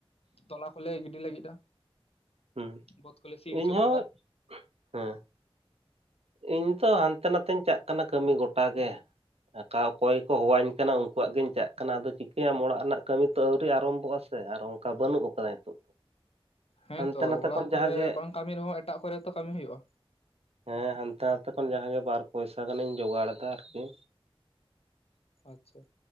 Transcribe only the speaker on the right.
ᱦᱩᱸ
ᱤᱧ ᱦᱚᱸ
ᱦᱮᱸ ᱤᱧ ᱛᱚ ᱦᱟᱱᱛᱮ ᱱᱟᱛᱮᱧ ᱪᱟᱜ ᱠᱟᱱᱟ ᱠᱟᱹᱢᱤ ᱜᱚᱴᱟ ᱜᱮ ᱚᱠᱟ ᱚᱠᱚᱭ ᱠᱚ ᱦᱚᱦᱚᱣᱟᱹᱧ
ᱠᱟᱱᱟ ᱟᱠᱩᱣᱟᱜ ᱜᱤᱧ ᱪᱟᱜ ᱠᱟᱱᱟ ᱟᱫᱚ ᱪᱤᱠᱟᱹᱭᱟᱢ ᱚᱲᱟᱜ ᱨᱮᱱᱟᱜ ᱠᱟᱹᱢᱤ ᱛᱚ ᱟᱹᱣᱨᱤ ᱟᱨᱚᱢᱵᱚᱜ-ᱟ ᱥᱮ ᱟᱨ ᱚᱱᱠᱟ ᱵᱟᱹᱱᱩᱜ ᱟᱠᱟᱫᱟ ᱱᱤᱛᱚᱜ
ᱦᱟᱱᱛᱮ ᱱᱟᱛᱮ
ᱠᱷᱚᱱ
ᱡᱟᱦᱟᱸ ᱜᱮ
ᱦᱮᱸ ᱦᱟᱱᱛᱮ ᱱᱟᱛᱮ ᱠᱷᱚᱱ ᱡᱟᱦᱟᱸᱜᱮ ᱵᱟᱨ ᱯᱚᱭᱥᱟ ᱜᱟᱱᱤᱧ ᱡᱳᱜᱟᱲ ᱫᱟ ᱟᱨᱠᱤ᱾